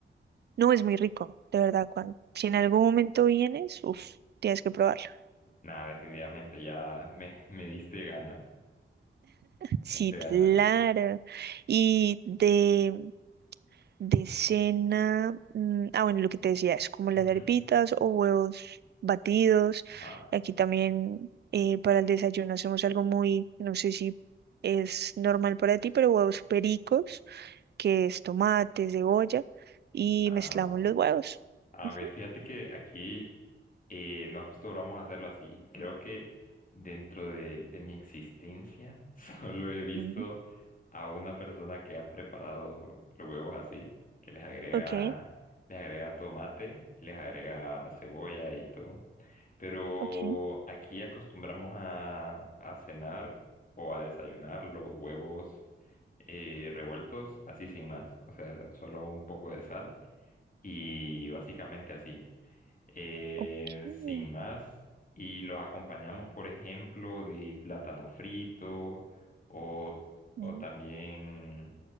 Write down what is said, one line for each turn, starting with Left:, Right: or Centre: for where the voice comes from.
Right: No, es muy rico, de verdad, cuando, si en algún momento vienes, uff, tienes que probarlo.
Left: Nada, definitivamente ya me, me diste gana.
Right: Sí,
Left: Me diste gana.
Right: claro. Y de, de cena, mm, ah, bueno, lo que te decía es como
Left: Ujú.
Right: las arepitas o huevos batidos.
Left: Ajá.
Right: Aquí también eh, para el desayuno hacemos algo muy, no sé si es normal para ti, pero huevos pericos, que es tomate, cebolla, y
Left: Ah,
Right: mezclamos
Left: ok.
Right: los huevos.
Left: Ah,
Right: Ujú,
Left: ok. Fíjate que aquí. Eh, no acostumbramos a hacerlo así. Creo que dentro de, de mi existencia <laughs> solo he visto
Right: Mm.
Left: a una persona que ha preparado los huevos así, que les agrega,
Right: Ok,
Left: les agrega tomate, les agrega cebolla y todo. Pero
Right: ok,
Left: aquí acostumbramos a, a cenar o a desayunar los huevos eh, revueltos así sin más. O sea, solo un poco de sal y básicamente así eh,
Right: ok.
Left: sin más, y los acompañamos, por ejemplo, de plátano frito o, o
Right: Mm,
Left: también,